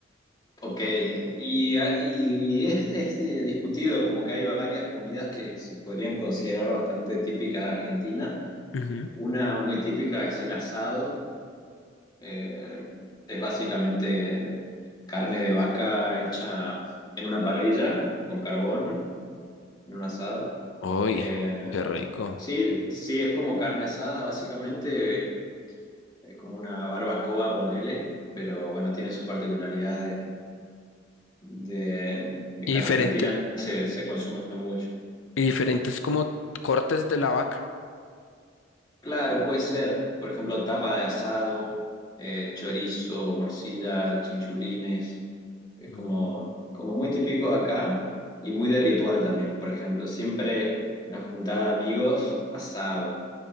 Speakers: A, on the left; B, on the left.
A: ok. Y, a- y es, es, eh, discutido, como que hay varias comidas que se podrían considerar bastante típicas de Argentina.
B: Ujú.
A: Una muy típica es el asado. eh, es básicamente carne de vaca hecha en una parrilla con carbón, en un asado.
B: Uy,
A: Eh,
B: qué rico.
A: sí, sí, es como carne asada, básicamente Es como una barbacoa, ponele, pero bueno, tiene sus particularidades de, de
B: ¿Y
A: que
B: diferente,
A: en Argentina se, se consume mucho.
B: y diferentes como cortes de la vaca?
A: Claro, puede ser, por ejemplo, tapa de asado, eh, chorizo, morcilla, chinchulines, es como,
B: No.
A: como muy típico de acá y muy de ritual también, por ejemplo, siempre una juntada de amigos, asado,